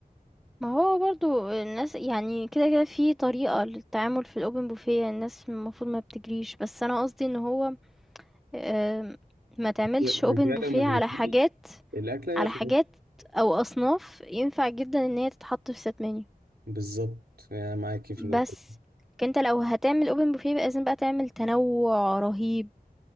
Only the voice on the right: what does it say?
ما
انت بقى
لو ما جريتيش
الاكل هيخلص
بالظبط يعني معاكي في النقطه
دي.